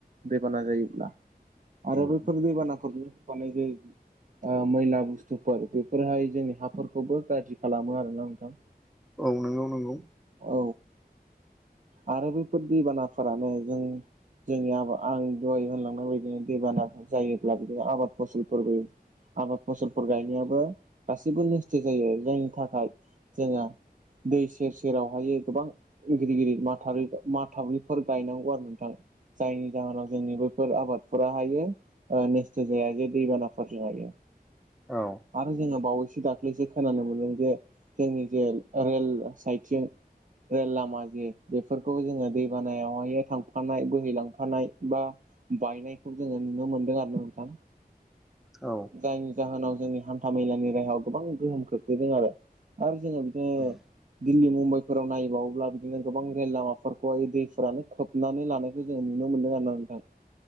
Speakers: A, on the right; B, in the centre.
A: दैबाना जायोब्ला आरो
B: उम
A: बैफोर दैबानाफोरजोंनो होफानाय जायो ओ मैला बुस्थुफोर बेफोरहाय जोंनि हाफोरखौबो गाज्रि खालामो आरोना नोंथां <inaudible>
B: औ नंगौ नंगौ
A: औ आरो बेफोर दैबानाफोरानो जों जोंनि आबाद आं दहाय होनलांनाय बायदिनो दैबाना जायोब्ला बिदि आबाद फसलफोरबो आबाद फसलफोर गायनायाबो गासिबो नस्थ' जायो जायनि थाखाय जोङो दै सेर सेरावहायो गोबां गिदिर गिदिर माथलि माथालिफोर गायनांगौ आरो नोंथां जायनि जाहोनाव जोंनि बैफोर आबादफोरा हायो ओ निस्थ' जाया जे दैबानाफोरजों हायो
B: औ
A: आरो जोङो बावैसो दाख्लैसो खोनानो मोनदों जे जोंनि जे रेल साइथिं रेल लामा जे बेफोरखौ जोंङो दैबानायावहाय थांफानाय बोहैलां फानाय बा बायनायखौ जोङो नुनो मोनदों आरो ना नोंथां
B: औ
A: जायनि जाहोनाव जोंनि हान्था मेलानि राहायाव गोबां गोहोम खोख्लैदों आरो आरो जोङो बिदिनो
B: उम
A: दिल्ली मुम्बाइफोराव नायबावोब्ला बिदिनो गोबां रेल लामाफोरखौहाय दैफोरानो खोबनानै लानायखौ जों जों नुनो मोनदों आरो ना नोंथां